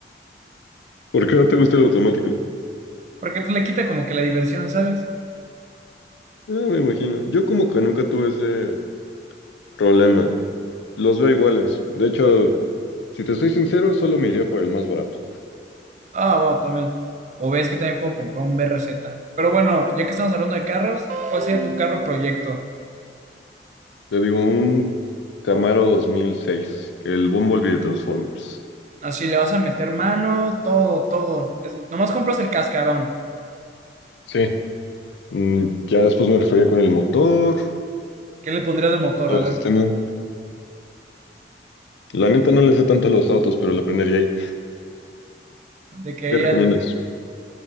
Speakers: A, on the left (about 80°); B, on the right (about 40°).
A: ¿Por qué no te gusta el automático?
B: porque pues le quita como que la diversión, ¿sabes?
A: Ah, me imagino. Yo como que nunca tuve ese problema. Los veo iguales. De hecho, si te soy sincero, solo me iría por el más barato.
B: Ah, va, también. O ves que también puedo comprar un BRZ. Pero bueno, ya que estamos hablando de carros, ¿cuál sería tu carro proyecto?
A: Te digo, un Camaro 2006, el Bumblebee de Transformers.
B: Así le vas a meter mano, todo, todo. Es, nomás compras el cascarón.
A: Sí. Mm, ya después me refería con el motor,
B: ¿Qué le pondrías de motor?
A: todo
B: A
A: el
B: ver,
A: sistema. La neta no le sé tanto a los autos, pero le aprendería ahí.
B: de que
A: ¿Qué recomiendas?
B: qué,